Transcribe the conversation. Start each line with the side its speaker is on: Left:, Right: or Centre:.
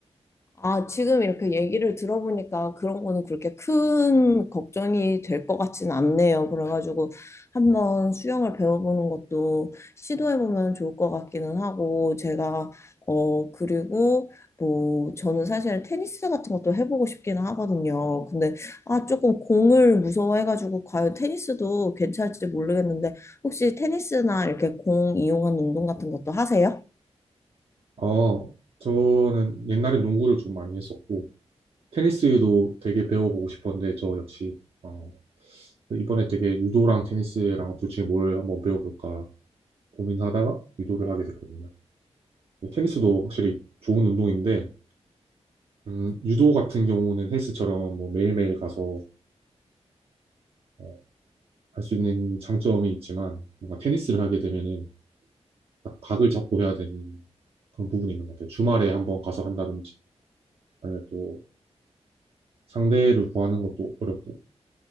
Left: 아, 지금 이렇게 얘기를 들어보니까 그런 거는 그렇게 큰 걱정이 될 것 같진 않네요. 그래가지고 한번 수영을 배워보는 것도 시도해보면 좋을 것 같기는 하고, 제가, 어, 그리고 뭐, 저는 사실 테니스 같은 것도 해보고 싶기는 하거든요. 근데, 아, 조금 공을 무서워해가지고, 과연 테니스도 괜찮을지 모르겠는데, 혹시 테니스나 이렇게 공 이용한 운동 같은 것도 하세요?
Right: 어, 저는 옛날에 농구를 좀 많이 했었고 테니스도 되게 배워보고 싶었는데 저 역시 어, 이번에 되게 유도랑 테니스랑 둘 중에 뭘 한번 배워볼까 고민하다가 유도를 하게 됐거든요. 테니스도 확실히 좋은 운동인데 음, 유도 같은 경우는 헬스처럼 뭐 매일매일 가서 어, 할수 있는 장점이 있지만 뭔가 테니스를 하게 되면은 딱 각을 잡고 해야 되는 그런 부분이 있는 것 같아요. 주말에 한번 가서 한다든지 아니면 또 상대를 구하는 것도 어렵고